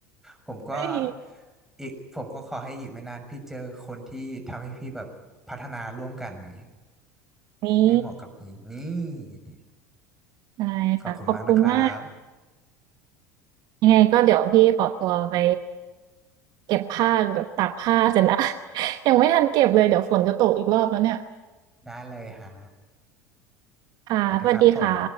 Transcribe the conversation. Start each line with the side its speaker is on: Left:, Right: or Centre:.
Centre: ผมก็
Right: เฮ้ย
Centre: อีกผมก็ขอให้อีกไม่นานพี่เจอคนที่ทำให้พี่แบบพัฒนาร่วมกันอย่างเงี้ย
Right: นี่
Centre: ให้เหมาะกับพี่นี่
Right: ได้ค่ะขอบคุณมาก
Centre: ขอบคุณมากนะครับ
Right: ยังไงก็เดี๋ยวพี่ขอตัวไปเก็บผ้ากับตากผ้าเสร็จแล้ว <laughs> ยังไม่ทันเก็บเลยเดี๋ยวฝนจะตกอีกรอบแล้วเนี่ย
Centre: ได้เลยฮะ
Right: ค่ะสวัสดีค่ะ
Centre: สวัสดีครับผม